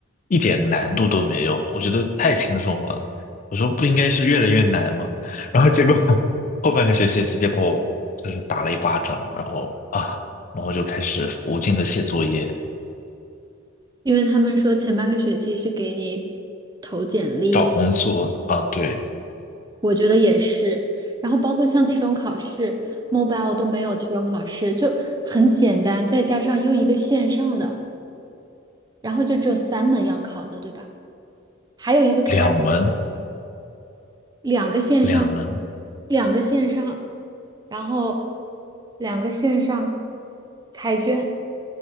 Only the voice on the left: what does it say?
一点难度都没有？我觉得太轻松了。我说不应该是越来越难吗？<laughs> 然后结果 <laughs> 后半个学期直接把我就是打了一巴掌，然后啊，然后就开始无尽的写作业、
找工作啊，对。
两门，
两门